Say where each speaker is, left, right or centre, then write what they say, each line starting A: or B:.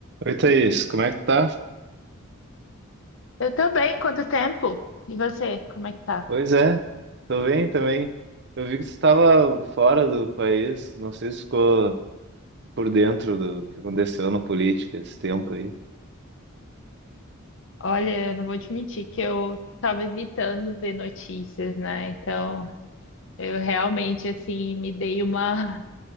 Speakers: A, on the right; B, on the left.
A: Oi, Thaís, como é que tá?
B: Eu tô bem, quanto tempo? E você, como é que tá?
A: Pois é, tô bem também. Eu vi que você estava fora do país, não sei se ficou por dentro do que aconteceu na política esse tempo aí.
B: Olha, eu não vou admitir que eu tava evitando ver notícias, né? Então, eu realmente, assim, me dei uma...